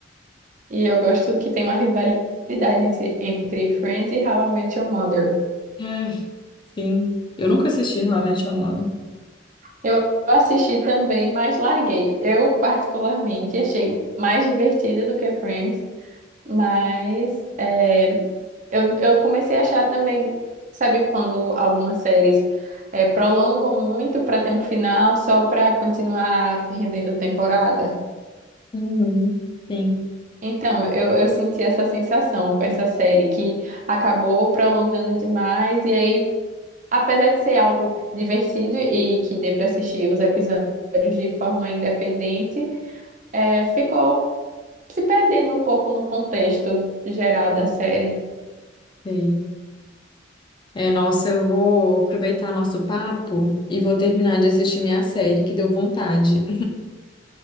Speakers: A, on the right (about 45°); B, on the left (about 25°).
A: e eu gosto que tem uma rivalidade entre, entre Friends e How I Met Your Mother.
B: É, sim. Eu nunca assisti How I Met Your Mother.
A: Eu assisti também, mas larguei. Eu, particularmente, achei mais divertida do que Friends, mas. eh, Eu, eu comecei a achar também, sabe, quando algumas séries eh, prolongam muito para ter um final só para continuar rendendo temporada?
B: Uhum. Sim,
A: Então, eu, eu senti essa sensação com essa série que acabou prolongando demais, e aí, apesar de ser algo divertido e que dê para assistir os episódios de forma independente, eh, ficou se perdendo um pouco no contexto geral da série.
B: sei. É, nossa, eu vou aproveitar nosso papo e vou terminar de assistir minha série, que deu vontade.